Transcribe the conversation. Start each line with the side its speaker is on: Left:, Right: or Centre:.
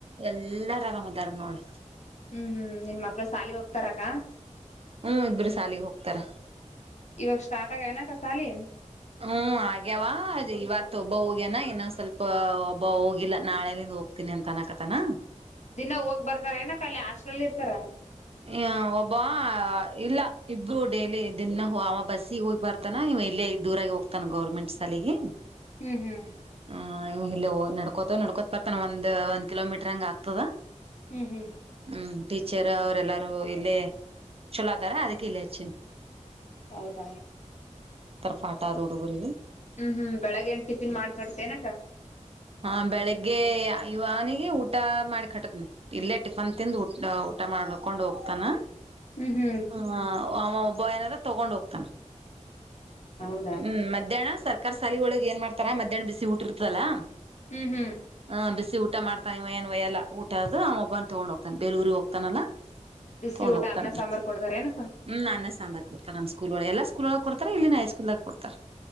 Right: ಎಲ್ಲಾರ್ ಆರಾಮದಾರ್ ನೋಡ್
Left: ಹ್ಮ್ ಹ್ಮ್ ನಿನ್ ಮಕ್ಳು ಸಾಲಿ ಹೋಗ್ತಾರಕ್ಕ.
Right: ಹ್ಮ್ ಇಬ್ರು ಸಾಲಿಗೆ ಹೋಗ್ತಾರ
Left: ಇವಾಗ ಸ್ಟಾರ್ಟ್ ಆಗನಾಕ ಸಾಲಿ
Right: ಹ್ಮ ಹಾಗ್ಯಾವ ಇವತ್ ಒಬ್ಬ ಹೋಗ್ಯನಾ ಇನೊ ಸ್ವಲ್ಪ ಒಬ್ಬ ಹೋಗಿಲ್ಲ ನಾಳೆಿಂದ ಹೋಗ್ತೀನಿ ಅಂತ ಅನ್ನಕತನ
Left: ದಿನ ಹೋಗ್ ಬರ್ತಾರ ಏನಕ್ಕ ಅಲ್ಲಿ <unintelligible>
Right: ಹ ಒಬ್ಬ ಇಲ್ಲ ಇಬ್ರು ಡೇಲಿ ದಿನ ಅವ ಬಸ್ಸಿಗೆ ಹೋಗಿ ಬರ್ತಾನ ನೀವ ಇಲ್ಲಿ ಇ ದೂರಾಗಿ ಹೋಗ್ತಾನ ಗೌರ್ಮೆಂಟ್ ಸಾಲಿಗಿ
Left: ಹ್ಮ್ ಹ್ಮ್
Right: ಹ ಇಲ್ಲಿ ನಡ್ಕೋತವ ನಡ್ಕೋತ್ ಬರ್ತಾನ ಒಂದ ಒಂದ ಕಿಲೋಮೀಟರ್ ಹಂಗ ಆಗ್ತದ.
Left: ಹ್ಮ್ ಹ್ಮ್
Right: ಹ್ಮ್ ಟೀಚರ್ ಅವ್ರಲ್ಲಾರೂ ಇಲ್ಲೇ ಚಲೋದಾರ ಅದಕ್ಕೆ ಇಲ್ಲೇ ಹಚ್ಚನ್
Left: ಹೌದ
Right: ಪಾಟ ಆದ ಹುಡುಗರಿಗೆ
Left: ಹ್ಮ್ ಹ್ಮ್ ಬೆಳಗೆ ನ್ ಟಿಫಿನ್ ಮಾಡ್ಕೊಡ್ತೆೇನಕ್ಕ.
Right: ಹಾ ಬೆಳಿಗ್ಗೆ ಇವನಿಗೆ ಊಟ ಮಾಡಿ ಕಟ್ಟದ್ನಿ ಇಲ್ಲೇ ಟಿಫನ್ ತಿಂದು ಊಟ ಮಾಡ್ಕೊಂಡ್ ಹೋಗ್ತಾನ
Left: ಹ್ಮ್ ಹ್ಮ್
Right: ಹ ಅವ ಒಬ್ಬ ಏನಾರ ತಗೊಂಡ್ ಹೋಗ್ತಾನ
Left: ಹೌದಾ
Right: ಹ್ಮ್ ಮಧ್ಯಾಹ್ನ ಸರ್ಕ ಸಾಲಿೊಳಗೆ ಏನ್ ಮಾಡ್ತಾರ ಮಧ್ಯಾಹ್ನ ಬಿಸಿ ಊಟಿ ಇರ್ತದಲ್ಲಾ.
Left: ಹ್ಮ್ ಹ್ಮ್
Right: ಹ ಊಟ ಮಾಡ್ತಾನ ಇವ ನ್ವಯ ಎಲ್ಲ ಊಟ ಅ ಒೊಬ್ಬನ್ ತಗೊಂಡ ಹೋಗ್ತಾನ ಬಲೂರಿಗೆ ಹೋಗ್ತಾನಲ್ಲಾ.
Left: ಬಿಸಿ
Right: ತೊಂಡ್
Left: ಊಟ
Right: ಹೋಗ್ತಾನ
Left: ಅನ್ನ ಸಾಂಬಾರ್ ಕೊಡ್ತಾರ ಏನಕ್ಕ
Right: ಹ್ಮ್ ನನ್ನ ಸಾಂಬಾರ್ ಕೊಡ್ತಾನ ನಮ್ಮ್ ಸ್ಕೂಲ್ ಒಳೆ ಎಲ್ಲ. ಸ್ಕೂಲ್ಗ ಕೊಡ್ತಾರೆ ಇಲ್ಲಿನ ಹೈಸ್ಕೂಲ್ದಾಗ ಕೊಡ್ತಾರೆ.